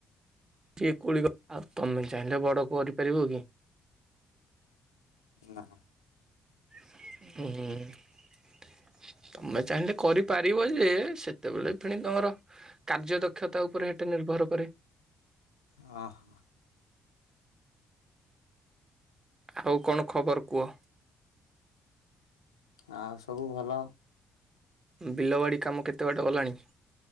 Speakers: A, on the right (about 25°); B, on the left (about 80°).
A: ଟିଏ କୋଳି ଆଉ ତମେ ଚାହିଁଲେ ବଡ଼ କରିପାରିବ କି।
B: ନା।
A: ହୁଁ। ତମେ ଚାହିଁଲେ କରିପାରିବ ଯେ ସେତେବେଳେ ପିଣି ତମର କାର୍ଯ୍ୟ ଦକ୍ଷତା ଉପରେ ହେଟା ନିର୍ଭର କରେ।
B: ହଁ ହ।
A: ଆଉ କଣ ଖବର କୁଅ।
B: ଆଉ ସବୁ ଭଲ।
A: ବିଲବାଡ଼ି କାମ କେତେ ବାଟ ଗଲାଣି?